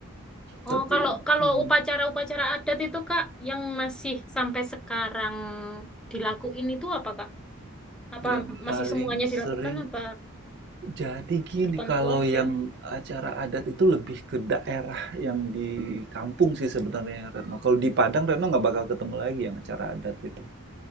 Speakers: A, in the centre; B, on the right (about 50°).
A: Oh,
B: tapi
A: kalau kalau
B: hmm,
A: upacara-upacara adat itu Kak yang masih sampai sekarang dilakuin itu apa Kak? Apa
B: yang
A: masih
B: paling
A: semuanya dilakukan
B: sering
A: apa
B: jadi gini
A: tertentu
B: kalau
A: aja?
B: yang acara adat itu lebih ke daerah yang di kampung sih sebenarnya Retno kalau di Padang Retno nggak bakal ketemu lagi yang acara adat itu